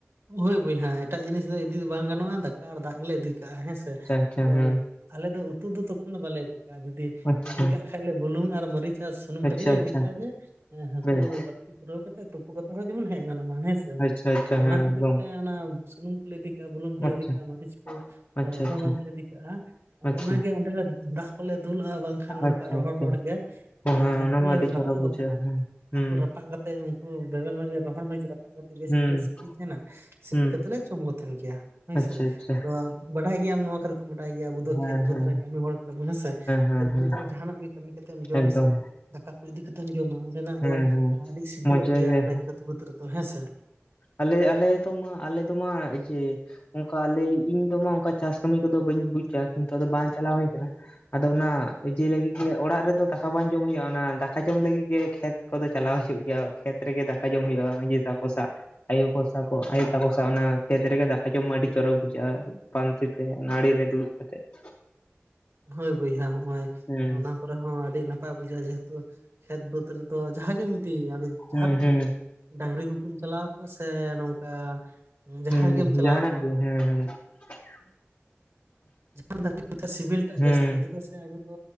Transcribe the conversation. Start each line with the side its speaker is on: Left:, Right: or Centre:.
Right: ᱦᱳᱭ ᱵᱳᱭᱦᱟ ᱮᱴᱟᱜ ᱡᱤᱱᱤᱥ ᱫᱚ ᱤᱫᱤ ᱫᱚ ᱵᱟᱝ ᱜᱟᱱᱚᱜᱼᱟ ᱫᱟᱠᱟ ᱟᱨ ᱫᱟᱜ ᱜᱮᱞᱮ ᱤᱫᱤ ᱠᱟᱜᱼᱟ, ᱦᱮᱸ ᱥᱮ?
Left: ᱟᱪᱷᱟ
Right: ᱟᱫᱚ
Left: ᱦᱮᱸ᱾
Right: ᱟᱞᱮ ᱫᱚ ᱩᱛᱩ ᱫᱚ ᱛᱚᱠᱷᱚᱱ ᱫᱚ ᱵᱟᱞᱮ ᱤᱫᱤ ᱠᱟᱜ-ᱟ ᱡᱩᱫᱤ....... ᱾
Left: ᱟᱪᱪᱷᱟ
Right: ᱤᱫᱤ ᱠᱟᱜ ᱠᱷᱟᱡ ᱞᱮ ᱵᱩᱞᱩᱝ ᱟᱨ ᱢᱟᱹᱨᱤᱪ ᱟᱨ ᱥᱩᱱᱩᱢ
Left: ᱟᱪᱪᱷᱟ
Right: ᱠᱟᱹᱴᱤᱡ ᱞᱮ
Left: ᱟᱪᱪᱷᱟ
Right: ᱤᱫᱤ ᱠᱟᱜᱼᱟ ᱡᱮ......... ᱾ ᱦᱮᱸ ᱦᱟᱹᱠᱩ
Left: ᱵᱮᱥ
Right: ᱵᱟᱹᱲᱥᱤ ᱯᱩᱨᱟᱹᱣ ᱠᱟᱛᱮᱜ ᱛᱩᱯᱩ ᱠᱟᱛᱮᱜ ᱦᱚᱸ ᱡᱮᱢᱚᱱ ᱦᱮᱡ ᱜᱟᱱᱚᱜ ᱢᱟ, ᱦᱮᱸᱥᱮ?
Left: ᱟᱪᱪᱷᱟ ᱟᱪᱪᱷᱟ
Right: ᱟᱫᱚ
Left: ᱦᱮᱸ
Right: ᱚᱱᱟ ᱠᱷᱟᱹᱛᱤᱨ
Left: ᱮᱠᱫᱚᱢ
Right: ᱛᱮ ᱚᱱᱟ ᱥᱩᱱᱩᱢ....... ᱾ ᱠᱚᱞᱮ ᱤᱫᱤ ᱠᱟᱜᱼᱟ ᱵᱩᱞᱩᱝ ᱠᱚᱞᱮ
Left: ᱟᱪᱪᱷᱟ
Right: ᱤᱫ ᱠᱟᱜᱼᱟ ᱢᱟᱹᱨᱤᱪ ᱠᱚ,
Left: ᱟᱪᱪᱷᱟ
Right: ᱨᱚᱦᱚᱲ
Left: ᱟᱪᱪᱷᱟ
Right: ᱢᱟᱹᱨᱤᱪ ᱞᱮ ᱤᱫᱤ ᱠᱟᱜᱼᱟ᱾
Left: ᱟᱪᱪᱷᱟ
Right: ᱚᱱᱟᱜᱮ ᱚᱸᱰᱮᱞᱮ ᱫᱟᱜ ᱠᱚᱞᱮ ᱫᱩᱞᱟᱜᱼᱟ ᱵᱟᱝ ᱠᱷᱟᱱ.... ᱾ ᱠᱷᱟᱱ ᱱᱚᱝᱠᱟ
Left: ᱟᱪᱪᱷᱟ
Right: ᱨᱚᱦᱚᱲ-ᱨᱚᱦᱚᱲ
Left: ᱟᱪᱪᱷᱟ
Right: ᱜᱮ
Left: ᱚ ᱦᱮᱸ
Right: ᱦᱟᱹᱠᱩ
Left: ᱚᱱᱟ ᱢᱟ
Right: ᱞᱮ
Left: ᱟᱹᱰᱤ
Right: ᱨᱟᱯᱟᱜ
Left: ᱪᱚᱨᱚᱠ ᱵᱩᱡᱷᱟᱹᱜᱼᱟ
Right: ᱠᱚ ᱛᱟᱦᱮᱱᱟ᱾
Left: ᱦᱮᱸ ᱦᱩᱸ
Right: ᱦᱟᱹᱠᱩ ᱨᱟᱯᱟᱜ ᱠᱟᱛᱮ ᱩᱱᱠᱩ ᱵᱮᱨᱮᱞ ᱢᱟᱹᱨᱤᱪ ᱟᱨ ᱨᱚᱦᱚᱲ ᱢᱟᱹᱨᱤᱪ ᱨᱟᱯᱟᱜ ᱠᱟᱛᱮᱜ ᱵᱮᱥ
Left: ᱦᱩᱸ
Right: ᱴᱷᱤᱠ ᱞᱮ ᱥᱤ....... ᱾ ᱥᱤᱯᱤ ᱛᱟᱦᱮᱱᱟ ᱥᱤᱯᱤ
Left: ᱦᱩᱸ
Right: ᱠᱟᱛᱮᱜ ᱞᱮ ᱡᱚᱢ ᱠᱚ ᱛᱟᱦᱮᱱ ᱜᱮᱭᱟ, ᱦᱳᱭᱥᱮ
Left: ᱟᱪᱪᱷᱟ ᱟᱪᱪᱷᱟ
Right: ᱟᱫᱚ ᱵᱟᱰᱟᱭ ᱜᱮᱭᱟᱢ ᱱᱚᱣᱟ ᱠᱷᱹᱟᱛᱤᱨ...... ᱾ ᱛᱚᱢ ᱵᱟᱰᱟᱭ ᱜᱮᱭᱟ ᱟᱵᱚ ᱫᱚ
Left: ᱦᱮᱸ
Right: ᱠᱷᱮᱛ- ᱵᱟᱹᱫᱽ
Left: ᱦᱮᱸ
Right: ᱨᱮ ᱠᱟᱹᱢᱤ ᱦᱚᱲ ᱠᱟᱱᱟᱵᱚᱱ, ᱦᱮᱸ ᱥᱮ
Left: ᱦᱮᱸ
Right: ᱠᱷᱮᱛ-ᱵᱟᱹᱫᱽ
Left: ᱦᱮᱸ
Right: ᱨᱮ ᱡᱟᱦᱟᱱᱟᱜ ᱜᱮ........ ᱾ ᱠᱟᱹᱢᱤ ᱠᱟᱛᱮᱢ ᱡᱚᱢ
Left: ᱮᱠᱫᱚᱢ
Right: ᱥᱮ ᱫᱟᱠᱟ...... ᱾ ᱤᱫᱤ ᱠᱟᱛᱮᱢ ᱡᱚᱢᱟ, ᱚᱸᱰᱮᱱᱟᱜ
Left: ᱦᱮᱸ
Right: ᱫᱚ
Left: ᱦᱮᱸ
Right: ᱟᱹᱰᱤ ᱥᱤᱵᱤᱞᱚᱜ
Left: ᱢᱚᱡᱽ ᱡᱟᱭᱜᱟ
Right: ᱜᱮᱭᱟ, ᱚᱸᱰᱮ ᱠᱷᱮᱛ-ᱵᱟᱹᱫᱽ ᱨᱮᱫᱚ ᱦᱮᱸᱥᱮ?
Left: ᱟᱞᱮ-ᱟᱞᱮ ᱫᱚ ᱢᱟ ᱟᱞᱮ ᱫᱚ ᱢᱟ ᱮ ᱡᱮ........ ᱾ ᱚᱱᱠᱟ ᱟᱞᱮ ᱤᱧ ᱫᱚᱢᱟ ᱚᱱᱠᱟ ᱪᱟᱥ ᱠᱟᱹᱢᱤ ᱠᱚᱫᱚ ᱵᱟᱹᱧ ᱵᱩᱡᱟ ᱠᱤᱱᱛᱩ ᱟᱫᱚ ᱵᱟᱝ ᱪᱟᱞᱟᱣ ᱦᱩᱭ ᱟᱠᱟᱱᱟ᱾ ᱟᱫᱚ ᱚᱱᱟ ᱤᱭᱟᱹ ᱞᱟᱹᱜᱤᱫ ᱜᱮ ᱚᱲᱟᱜ ᱨᱮᱫᱚ ᱫᱟᱠᱟ ᱵᱟᱝ ᱡᱚᱢ ᱦᱩᱭᱩᱜᱼᱟ ᱚᱱᱟ ᱫᱟᱠᱟ ᱡᱚᱢ ᱞᱟᱹᱜᱤᱫ ᱜᱮ........ ᱠᱷᱮᱛ ᱠᱚᱫᱚ ᱪᱟᱞᱟᱣ ᱦᱩᱭᱩᱜ ᱜᱮᱭᱟ ᱠᱷᱮᱛ ᱨᱮᱜᱮ ᱫᱟᱠᱟ ᱡᱚᱢ ᱦᱩᱭᱩᱜᱼᱟ ᱤᱭᱟᱹ ᱛᱟᱠᱚ ᱥᱟᱶ ᱾ ᱟᱭᱳ ᱠᱚ ᱥᱟᱶ ᱠᱚᱜᱼᱟ ᱟᱭᱳ ᱛᱟᱠᱚ ᱥᱟᱶ ᱚᱱᱟ ᱠᱷᱮᱛ ᱨᱮᱜᱮ ᱫᱟᱠᱟ ᱡᱚᱢ ᱢᱟ ᱟᱹᱰᱤ ᱪᱚᱨᱚᱠ ᱵᱩᱡᱷᱟᱹᱜᱼᱟ ᱾ ᱯᱟᱱᱛᱮ ᱛᱮ ᱚᱱᱟ ᱟᱹᱲᱤ ᱨᱮ ᱫᱩᱲᱩᱵ ᱠᱟᱛᱮᱜ..... ᱾
Right: ᱦᱳᱭ ᱵᱚᱭᱦᱟ ᱦᱚᱸᱜᱼᱚᱭ
Left: ᱦᱮᱸ
Right: ᱚᱱᱟ........ ᱾ ᱠᱚᱨᱮ ᱦᱚᱸ ᱟᱹᱰᱤ ᱱᱟᱯᱟᱭ ᱵᱩᱡᱷᱟᱹᱜᱼᱟ ᱡᱮᱦᱮᱛᱩ ᱠᱷᱮᱛ -ᱵᱟᱹᱫᱽ ᱨᱮᱫᱚ ᱡᱟᱦᱟᱸ ᱜᱮᱢ ᱤᱫᱤ ᱟ..... ᱾ ᱡᱟᱦᱟᱸ
Left: ᱦᱮᱸ
Right: ᱛᱤᱥ
Left: ᱦᱮᱸ
Right: ᱜᱮ ᱰᱟᱝᱨᱤ ᱜᱩᱯᱤᱢ ᱪᱟᱞᱟᱣ ᱟᱠᱟᱱᱟ ᱥᱮ ᱱᱚᱝᱠᱟ ᱡᱟᱦᱟᱸ
Left: ᱦᱮᱸ
Right: ᱜᱮᱢ ᱪᱟᱞᱟᱣ
Left: ᱡᱟᱦᱟᱱᱟᱜ
Right: ᱠᱚ
Left: ᱜᱮ ᱦᱮᱸ ᱦᱮᱸ ᱾ <inaudible>
Right: <unintelligible> ᱞᱟᱹᱜᱤᱛ <unintelligible> ᱥᱤᱵᱤᱞ ᱴᱟᱜ
Left: ᱦᱮᱸ
Right: ᱡᱟᱹᱥᱛᱤᱜᱼᱟ, ᱪᱮᱫᱟᱜ ᱥᱮ ᱟᱵᱚ ᱫᱚ